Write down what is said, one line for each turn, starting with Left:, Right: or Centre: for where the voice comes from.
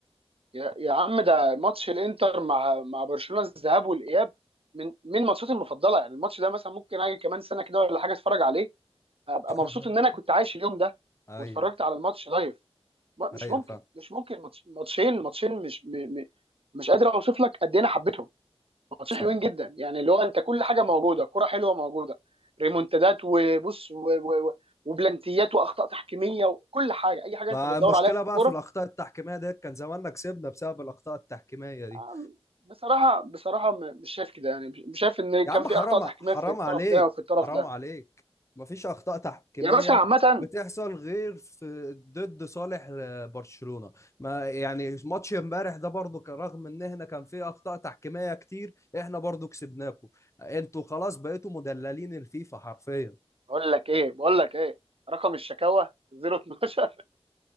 Right: يا يا عم ده ماتش الانتر مع مع برشلونه الذهاب والاياب من من ماتشاتي المفضله يعني الماتش ده مثلا ممكن اجي كمان سنه كده ولا حاجه اتفرج عليه هبقى
Left: <laughs>
Right: مبسوط ان انا كنت عايش اليوم ده
Left: ايوه
Right: واتفرجت على الماتش لايف م- مش
Left: ايوه
Right: ممكن
Left: فاهم
Right: مش ممكن ماتش ماتشين ماتشين مش م... م... مش قادر اوصف لك قد ايه انا حبيتهم ماتشين
Left: صح
Right: حلوين جدا يعني اللي هو انت كل حاجه موجوده كرة حلوه موجوده ريمونتادات وبص و... و... و... وبلانتيات واخطاء تحكيميه وكل حاجه اي حاجه
Left: ما
Right: انت بتدور
Left: المشكلة
Right: عليها في
Left: بقى
Right: الكوره
Left: في الأخطاء التحكيمية ديت كان زماننا كسبنا بسبب الأخطاء التحكيمية دي
Right: آم، بصراحه بصراحه م- مش شايف كده يعني مش مش شايف ان
Left: يا
Right: كان
Left: عم
Right: في
Left: حرام
Right: اخطاء تحكيميه
Left: حرام
Right: في الطرف
Left: عليك
Right: ده وفي الطرف
Left: حرام
Right: ده
Left: عليك مفيش أخطاء تحكيمية
Right: يا باشا عامه
Left: بتحصل غير في ضد صالح آه، برشلونة ما يعني ماتش امبارح ده برضو كان رغم ان احنا كان فيه أخطاء تحكيمية كتير احنا برضو كسبناكم انتوا خلاص بقيتوا مدللين الفيفا حرفيا
Right: اقول لك ايه بقول لك ايه رقم الشكاوى 012